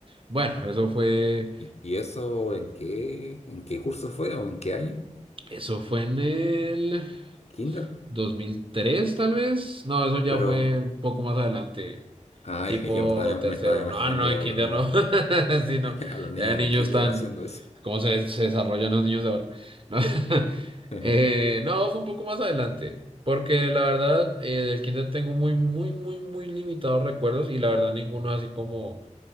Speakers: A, on the right; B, on the left.
A: Bueno,
B: Ajá.
A: eso fue,
B: ¿Y, y eso en qué, en qué curso fue o en qué año?
A: eso fue en el
B: ¿Kinder?
A: 2003 tal vez. No, eso ya
B: Pero,
A: fue un poco más adelante.
B: ay,
A: tipo
B: <laughs> ya me estaba, me
A: tercero.
B: estaba imaginando
A: No, no, en kinder
B: a los niños,
A: no. <laughs> Sí,
B: <laughs>
A: no.
B: a los niños
A: Eh, niños
B: de Kinder
A: tan...
B: haciendo eso.
A: ¿Cómo se, se desarrollan los niños de ahora? No. <laughs>
B: <laughs>
A: Eh, no, fue un poco más adelante. Porque la verdad, eh, del kinder tengo muy, muy, muy, muy limitados recuerdos y la verdad ninguno así como,